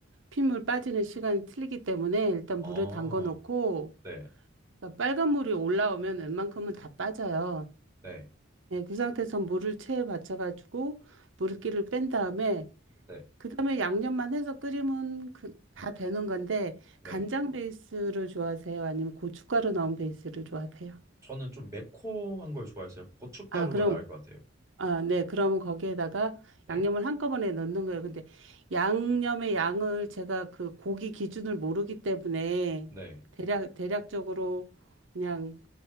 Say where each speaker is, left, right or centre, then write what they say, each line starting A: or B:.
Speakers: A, on the right (about 70°); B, on the right (about 15°).
A: 핏물 빠지는 시간이 틀리기 때문에 일단
B: 아
A: 물에 담궈 놓고
B: 네
A: 그러니까 빨간 물이 올라오면 웬만큼은 다 빠져요.
B: 네
A: 예, 그 상태에서 물을 체에 받쳐가지고 물기를 뺀 다음에
B: 네.
A: 그다음에 양념만 해서 끓이면 그, 다 되는 건데
B: 네.
A: 간장 베이스를 좋아하세요? 아니면 고춧가루 넣은 베이스를 좋아하세요?
B: 저는 좀 매콤한 걸 좋아했어요. 고춧가루가
A: 아, 그럼
B: 나을 것 같아요.
A: 아, 네. 그러면 거기에다가
B: 네.
A: 양념을 한꺼번에 넣는 거예요. 근데 양념의 양을 제가 그 고기 기준을 모르기 때문에
B: 네.
A: 대략 대략적으로 그냥